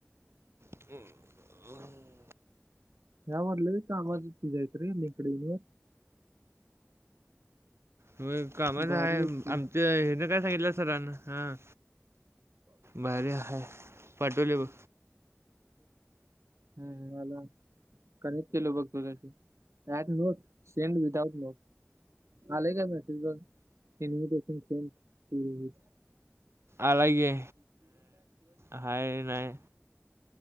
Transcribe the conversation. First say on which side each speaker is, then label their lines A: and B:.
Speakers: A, on the right (about 65°); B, on the right (about 85°).
A: हम्म
B: जा म्हटल कामा जायच रे लींक डी वर.
A: व्हय कामाच
B: भारी
A: आहे.
B: तू
A: आमच हेन काय सांगितल सरांना. हा भारी हाय. पाटवले बघ.
B: हम्म आल. कनेक्ट केल बघ तुला ते. Right note send without note. आलेय का मेसेज बघ. Invitation send to.
A: आला गे हाय नाही